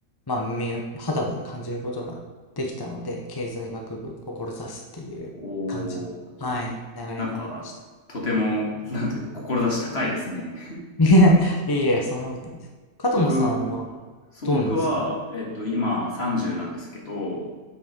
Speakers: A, on the left (about 20°); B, on the left (about 40°).
A: まあ耳を肌で感じることができたので、経済学部志すっていう感じの、
B: おー、
A: はい、流れになりました。
B: なんか、とても、なんていうか、志高いですね。
A: <laughs> いやいや、そんなことないです。加藤野さんは
B: 僕、そう、
A: どうなんですか
B: 僕は、えっと、今30なんですけど、